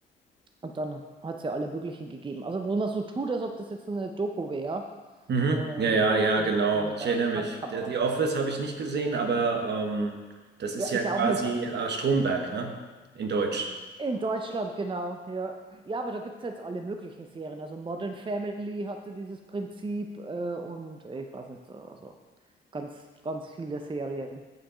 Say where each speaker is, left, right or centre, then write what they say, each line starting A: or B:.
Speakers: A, on the right; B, on the right.
A: Und dann hat es ja alle möglichen gegeben. Also wo man so tut, als ob das jetzt eine Doku wäre,
B: Mhm.
A: ähm,
B: Ja, ja, ja,
A: und
B: genau.
A: so dann mit
B: Ich
A: der
B: erinnere mich.
A: Handkamera.
B: Der- The Office habe ich nicht gesehen, aber ähm, das ist
A: Ja,
B: ja
A: ich
B: quasi
A: ja auch nicht.
B: äh, Stromberg, ne? In Deutsch.
A: In Deutschland, genau, ja. Ja, aber da gibt es jetzt alle möglichen Serien. Also Modern Family hatte dieses Prinzip äh, und ich weiß nicht, also ganz, ganz viele Serien.